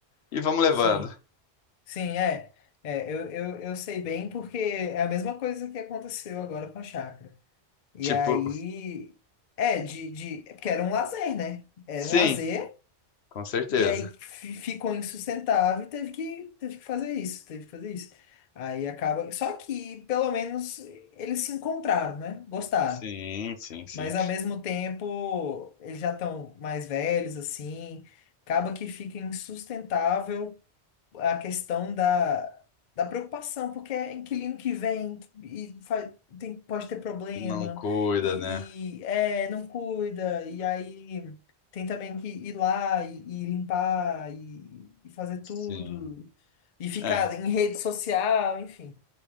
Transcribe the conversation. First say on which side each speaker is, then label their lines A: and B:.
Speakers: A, on the left; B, on the left.
A: e vamos levando.
B: Sim, sim, é. É, eu, eu, eu sei bem porque é a mesma coisa que aconteceu agora com a chácara. E
A: Tipo,
B: aí, é, de, de, é porque era um lazer, né? Era
A: sim,
B: um lazer,
A: com certeza.
B: e aí fi- ficou insustentável e teve que, teve que fazer isso, teve que fazer isso. Aí acaba. Só que, pelo menos, eles se encontraram, né? Gostaram.
A: Sim, sim, sim.
B: Mas ao mesmo tempo, eles já estão mais velhos, assim. Acaba que fica insustentável a questão da, da preocupação, porque é inquilino que vem e faz, tem, pode ter problema,
A: Não cuida,
B: e,
A: né?
B: e, é, não cuida, e aí tem também que ir lá e, e limpar e, e fazer
A: Sim.
B: tudo, e ficar
A: É,
B: em rede social, enfim.